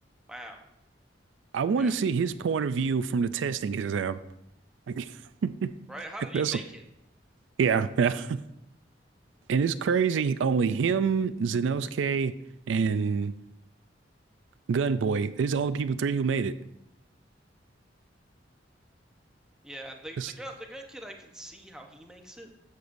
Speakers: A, in the centre; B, on the right.
A: Wow.
B: I want
A: Yeah.
B: to see his point of view from the testing exam. Like, <laughs>
A: Right? How did
B: that's
A: he make it?
B: Yeah, yeah. <laughs> And it's crazy. Only him, Zenosuke, and Gunboy. It's the only people three who made it.
A: Yeah, the the
B: It's,
A: gun the gun kid I can see how he makes it,